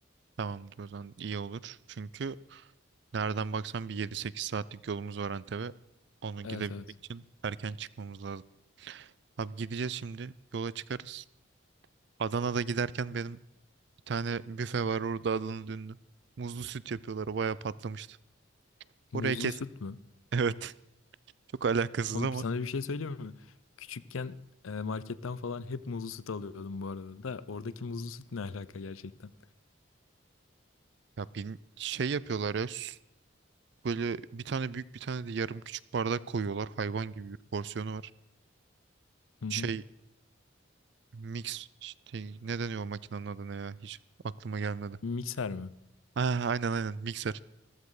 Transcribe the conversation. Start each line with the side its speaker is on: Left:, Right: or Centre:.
Right: Tamamdır o zaman iyi olur. Çünkü nereden baksan bir yedi sekiz saatlik yolumuz var Antep'e. Onu
Left: Evet
Right: gidebilmek
Left: evet.
Right: için erken çıkmamız lazım. Abi gideceğiz şimdi. Yola çıkarız. Adana'da giderken benim bir tane büfe var orada Adana dönünü. Muzlu süt yapıyorlar. Bayağı patlamıştı.
Left: Muzlu
Right: Oraya kes.
Left: süt
Right: <laughs>
Left: mü?
Right: Evet. Çok alakasız
Left: Oğlum
Right: ama.
Left: sana bir şey söyleyeyim mi? Küçükken e, marketten falan hep muzlu süt alıyordum bu arada da. Oradaki muzlu süt ne alaka gerçekten?
Right: Ya bir şey yapıyorlar ya. sü- Böyle bir tane büyük bir tane de yarım küçük bardak koyuyorlar. Hayvan gibi bir porsiyonu var.
Left: Hı hı.
Right: Şey mix. Şey, ne deniyor o makinenin adı ya? Hiç aklıma gelmedi.
Left: Mikser mi?
Right: Ha, aynen aynen mikser.